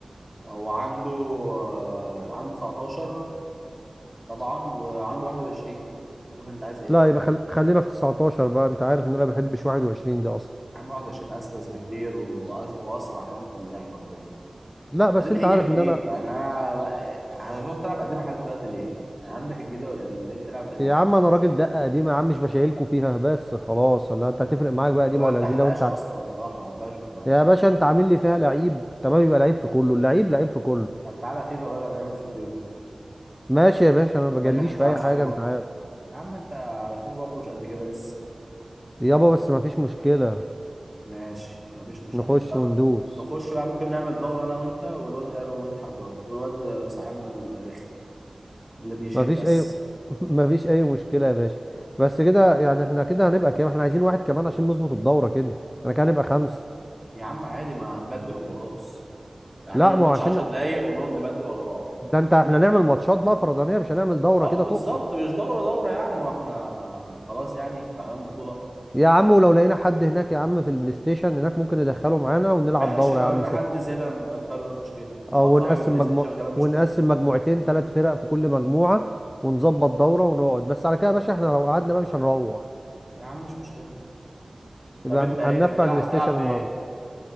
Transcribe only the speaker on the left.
لا يبقى خل... خلينا في 19 بقى انت عارف ان انا ما بحبش 21 دي اصلا
لا بس
انت
عارف
ان انا
يا عم انا راجل دقه قديمه يا عم مش بشايلكوا فيها بس خلاص ولا انت هتفرق معاك بقى قديمه
ولا جديده وانت
ع-
يا باشا انت عامل لي فيها لعيب تمام يبقى لعيب في كله اللعيب لعيب في كله
ماشي يا باشا انا ما
بجليش
في اي حاجه
انت عارف
يابا بس ما فيش مشكله
نخش
وندوس
ما فيش
اي <laughs> ما فيش اي مشكله يا باشا بس كده يعني احنا كده هنبقى كام احنا عايزين واحد كمان عشان نظبط الدوره كده انا كده هنبقى خمسه
لا
ما
هو عشان
ده انت احنا نعمل ماتشات بقى فردانيه مش هنعمل دوره
كده
تقصد
يا عم ولو لقينا حد هناك يا عم في البلاي ستيشن هناك ممكن ندخله معانا ونلعب
دوره
يا عم
ست
اه
ونقسم
مجموع
ونقسم
مجموعتين ثلاث فرق في كل مجموعة ونظبط دورة ونقعد بس على كده يا باشا احنا لو قعدنا بقى مش هنروح
يبقى
هن-
هننفع
البلاي ستيشن
النهارده